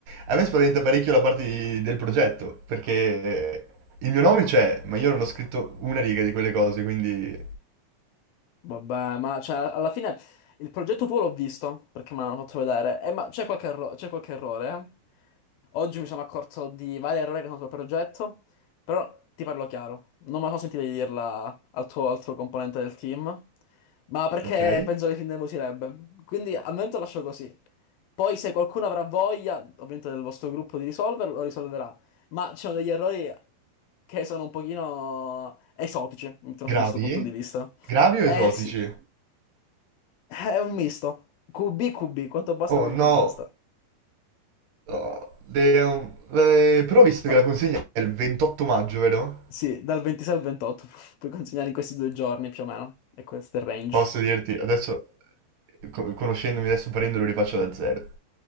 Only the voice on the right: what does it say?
a me spaventa parecchio la parte di- del progetto, perché il mio nome c'è, ma io non ho scritto una riga di quelle cose, quindi...
Ok?
Gravi?
Gravi o
esotici?
Oh
no,
Oh, de- um, eh, però ho visto
che la consegna è il 28 maggio, vero?
Posso dirti, adesso, eh, co- conoscendomi adesso parendolo rifaccio da zero,